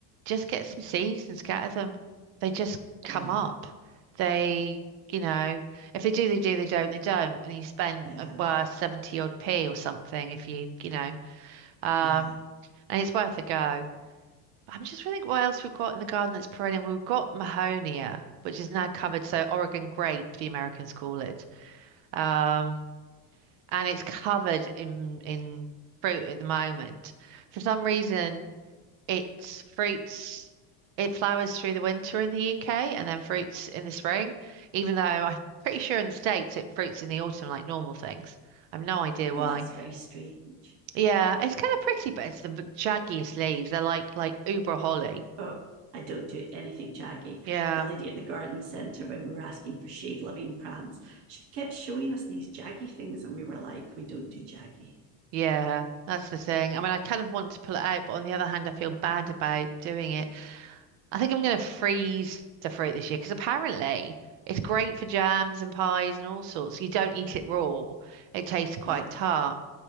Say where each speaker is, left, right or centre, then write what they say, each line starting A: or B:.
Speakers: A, on the right; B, on the right.
A: just get some seeds and scatter them. They just come
B: yeah,
A: up. They, you know, if they do, they do, they don't, they don't. And you spend,
B: yeah,
A: uh, well, 70 odd p or something if you, you know, um,
B: yeah.
A: and it's worth a go. I'm just trying to think what else we've got in the garden that's perennial. We've got Mahonia, which is now covered, so Oregon grape, the Americans call it. Um, and it's covered in in fruit at the moment. For some reason, it's fruits it flowers through the winter in the UK and then fruits in the spring, even though I'm pretty sure in the States it fruits in the autumn like normal things. I've no idea why.
B: Oh, that's very strange.
A: Yeah, it's kind of pretty, but it's the jaggiest leaves. They're like like Uber holly.
B: oh, I don't do anything jaggy.
A: Yeah.
B: The lady at the garden centre, when we were asking for shade loving plants, she kept showing us these jaggy things, and we were like, we don't do jaggy.
A: Yeah, that's the thing. I mean, I kind of want to pull it out, but on the other hand, I feel bad about doing it. I think I'm going to freeze the fruit this year because apparently it's great for jams and pies and all sorts. You don't eat it raw; it tastes quite
B: Yeah.
A: tart,